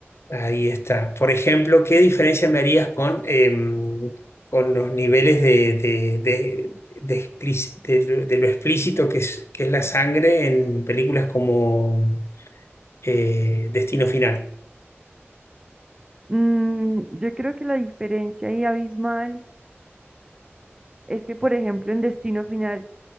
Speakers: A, on the left; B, on the right.
A: ahí está. Por ejemplo, ¿qué diferencia me harías con, em, con los niveles de, de- de- de explici- de lo de lo explícito que es, que es la sangre en películas como eh, Destino Final?
B: Mm, yo creo que la diferencia ahí abismal es que, por ejemplo, en Destino Final